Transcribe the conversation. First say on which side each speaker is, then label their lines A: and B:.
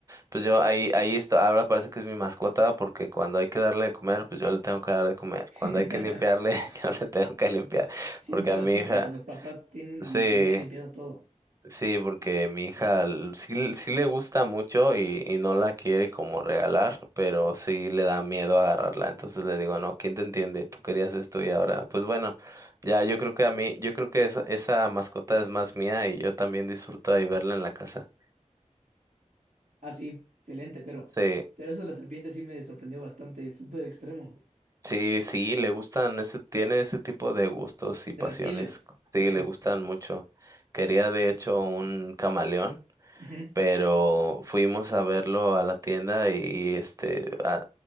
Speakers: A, on the right (about 25°); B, on the right (about 75°).
A: Pues yo ahí, ahí está, ahora parece que es mi mascota porque cuando hay que darle de comer, pues yo le tengo que dar de comer.
B: <laughs>
A: Cuando hay que limpiarle, <laughs> yo le tengo que limpiar.
B: Siempre
A: Porque a
B: es
A: mi
B: así,
A: hija,
B: pero o sea, los papás tienen,
A: sí,
B: terminan limpiando todo.
A: sí, porque mi hija l- sí, sí le gusta mucho y, y no la quiere como regalar, pero sí le da miedo agarrarla. Entonces le digo, no, ¿quién te entiende? Tú querías esto y ahora, pues bueno, ya yo creo que a mí, yo creo que esa, esa mascota es más mía y yo también disfruto ahí verla en la casa.
B: Ah, sí, excelente, pero,
A: Sí.
B: pero eso de la serpiente sí me sorprendió bastante, súper extremo.
A: Sí, sí, le gustan, ese, tiene ese tipo de gustos y
B: De
A: pasiones.
B: reptiles, claro.
A: Sí, le gustan mucho. Quería de hecho un camaleón,
B: Ujú.
A: pero fuimos a verlo a la tienda y, y, este, a-